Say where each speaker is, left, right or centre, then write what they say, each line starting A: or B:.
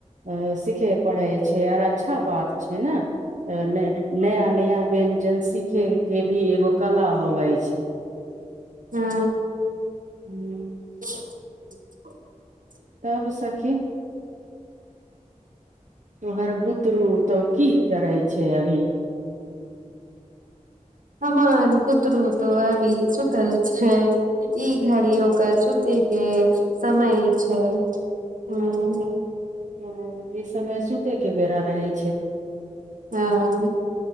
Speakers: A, on the right (about 70°); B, on the right (about 85°).
A: अ सीखे पढ़ै छैय आर अच्छा बात छैय नइ नया नया व्यंजन सिखयके भी एगो कला होबै छैय।
B: ह
A: ह्म्म।
B: <unintelligible>
A: तब सखी तोहर बुतरू तऽ की करै छै अभी।
B: हमर बूतरू तो अभी सुतल छै। ई घड़ी ओकर सुतै के समय छै, हाँ।
A: ओ ई समय सूतै के बेरा रहै
B: हाँ।